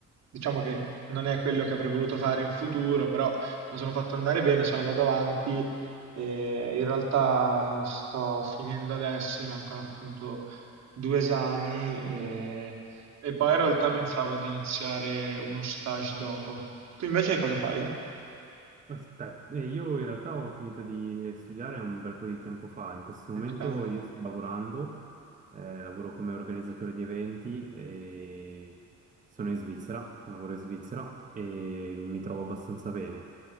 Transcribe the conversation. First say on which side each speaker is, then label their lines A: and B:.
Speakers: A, on the right (about 60°); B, on the right (about 25°).
A: diciamo che non è quello che avrei voluto fare in futuro, però mi sono fatto andare bene, sono andato avanti e in realtà sto finendo adesso, mi mancano appunto due esami e, e poi in realtà pensavo di iniziare uno stage dopo. Tu invece cosa fai?
B: aspetta, eh, io in realtà ho finito di studiare un bel po' di tempo fa. In questo momento
A: Ok.
B: io sto lavorando, eh, lavoro come organizzatore di eventi e sono in Svizzera, lavoro in Svizzera e mi trovo abbastanza bene.